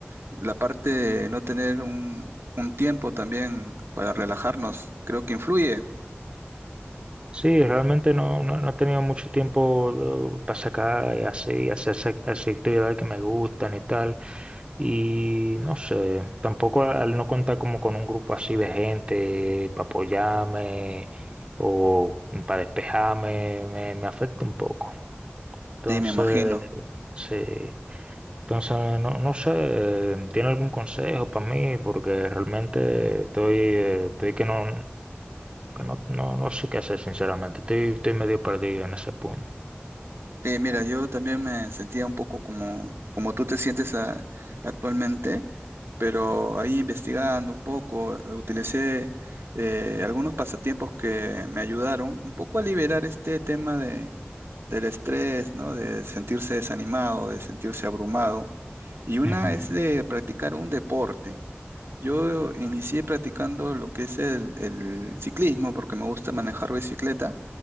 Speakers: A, on the right (about 75°); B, on the right (about 25°).
A: la parte de no tener un, un tiempo también para relajarnos, creo que influye.
B: Sí, realmente no, no, no he tenido mucho tiempo eh, para sacar y así, hacer esa- esas actividades que me gustan y tal. Y no sé, tampoco al al no contar como con un grupo así de gente para apoyarme o para despejarme, me, me afecta un poco. Entonces,
A: Sí, me imagino.
B: sí. Entonces, no, no sé, eh, ¿tiene algún consejo para mí? Porque realmente estoy, eh, estoy que no, que no, no, no sé qué hacer, sinceramente. Estoy, estoy medio perdido en ese punto.
A: Sí, mira, yo también me sentía un poco como, como tú te sientes a- actualmente, pero ahí investigando un poco, eh, utilicé eh, algunos pasatiempos que me ayudaron un poco a liberar este tema de, del estrés, ¿no? De sentirse desanimado, de sentirse abrumado. Y una
B: Ujú.
A: es de practicar un deporte. Yo inicié practicando lo que es el, el ciclismo porque me gusta manejar bicicleta